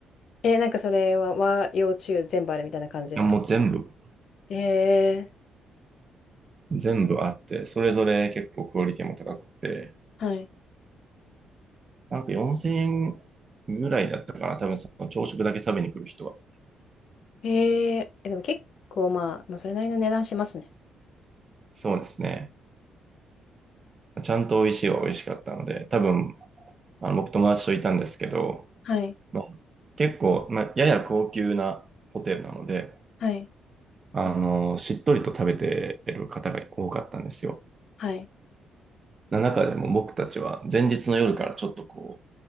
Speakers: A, on the left (about 65°); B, on the right (about 35°).
A: えー、なんかそれは和洋中全部あるみたいな感じですか
B: いやもう全部、
A: え
B: 全部あって、それぞれ結構クオリティも高くて、
A: ー、はい。
B: なんか4000円ぐらいだったかな。多分その朝食だけ食べに来る人は。
A: えー、え、でも結構まあ、まあ、それなりの値段しますね。
B: そうですね。ちゃんと美味しいは美味しかったので、多分あの僕友達といたんですけど、
A: はい。
B: まあ、結構、まあ、やや高級なホテルなので、
A: はい。
B: あの、
A: です
B: しっとりと食べてる方が多かったんですよ。
A: はい。
B: な中でも僕たちは前日の夜からちょっとこ